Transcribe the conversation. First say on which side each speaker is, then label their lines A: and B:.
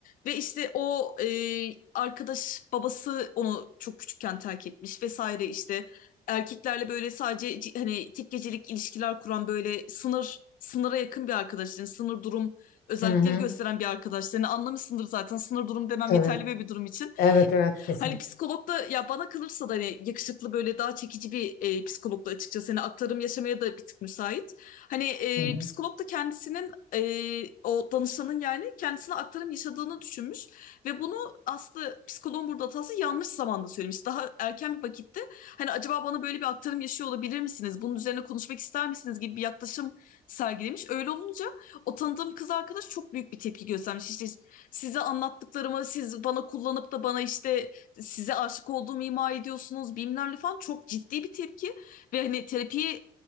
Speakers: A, on the left; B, on the left.
A: Ve işte o e, arkadaş babası onu çok küçükken terk etmiş vesaire işte erkeklerle böyle sadece c- hani tek gecelik ilişkiler kuran böyle sınır sınıra yakın bir arkadaşların sınır durum özellikleri
B: Hı hı.
A: gösteren bir arkadaşlarını anlamışsındır zaten sınır durum demem
B: Tabii.
A: yeterli bir, bir durum için.
B: Evet evet kesinlikle.
A: Hani psikolog da ya bana kalırsa da hani yakışıklı böyle daha çekici bir e, psikolog da açıkçası hani aktarım yaşamaya da bir tık müsait. Hani e,
B: Hı hı.
A: psikolog da kendisinin e, o danışanın yani kendisine aktarım yaşadığını düşünmüş ve bunu aslında psikoloğun burada hatası yanlış zamanda söylemiş. Daha erken bir vakitte hani acaba bana böyle bir aktarım yaşıyor olabilir misiniz? Bunun üzerine konuşmak ister misiniz gibi bir yaklaşım sergilemiş. Öyle olunca o tanıdığım kız arkadaş çok büyük bir tepki göstermiş. İşte size anlattıklarımı siz bana kullanıp da bana işte size aşık olduğumu ima ediyorsunuz bilmem falan çok ciddi bir tepki ve hani terapiyi